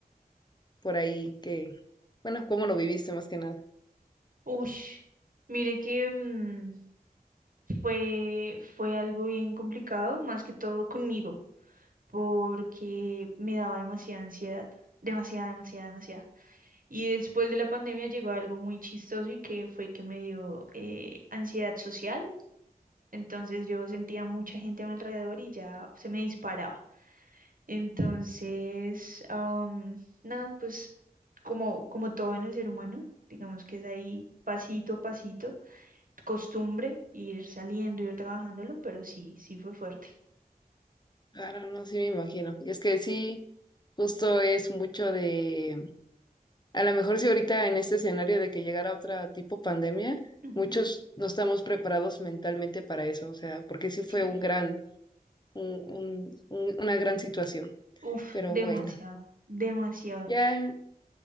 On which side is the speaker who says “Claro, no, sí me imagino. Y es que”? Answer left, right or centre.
Left